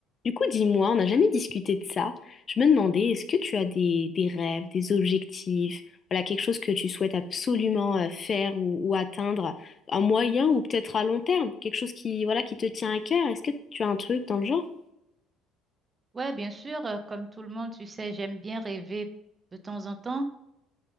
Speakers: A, on the left; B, on the right.
A: Du coup, dis-moi, on n'a jamais discuté de ça. Je me demandais, est-ce que tu as des, des rêves, des objectifs, voilà, quelque chose que tu souhaites absolument euh, faire ou, ou atteindre à moyen ou peut-être à long terme, quelque chose qui, voilà, qui te tient à cœur. Est-ce que tu as un truc dans le genre?
B: Ouais, bien sûr, euh, comme tout le monde, tu sais, j'aime bien rêver de temps en temps,